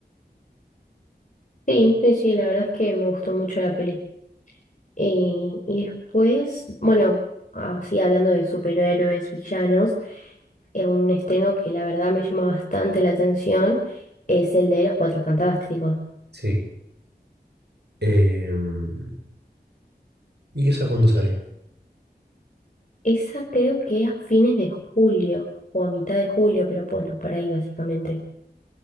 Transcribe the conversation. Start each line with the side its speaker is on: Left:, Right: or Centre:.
Left: Sí, sí, sí, la verdad es que me gustó mucho la peli. Eh, y después, bueno, así hablando de superhéroes, villanos, eh, un estreno que la verdad me llama bastante la atención es el de Los Cuatro Fantásticos.
Right: Sí. Em, ¿y esa cuándo sale?
Left: Esa creo que a fines de julio o a mitad de julio, pero bueno, por ahí básicamente.